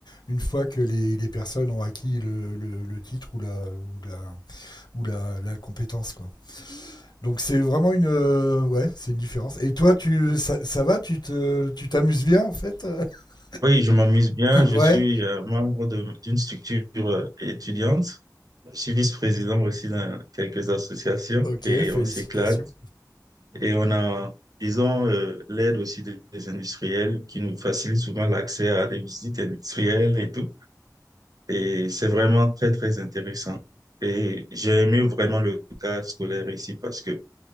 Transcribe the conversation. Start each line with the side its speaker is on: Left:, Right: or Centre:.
Left: une fois que les, les personnes ont acquis le, le- le titre ou la, ou la, ou la, la compétence, quoi. Donc c'est vraiment une, euh, ouais, c'est une différence. Et toi, tu, ça, ça va, tu te, tu t'amuses bien en fait. <laughs>
Right: Oui, je m'amuse bien. Je
Left: ouais.
Right: suis euh, membre de- d'une structure euh, étudiante. Je suis vice-président aussi dans quelques associations
Left: Ok,
Right: et
Left: félicitations.
Right: on s'éclate. Et on a, disons, euh, l'aide aussi des, des industriels qui nous facilite souvent l'accès à des visites industrielles et tout. Et c'est vraiment très, très intéressant. Et j'ai aimé vraiment le cadre scolaire ici parce que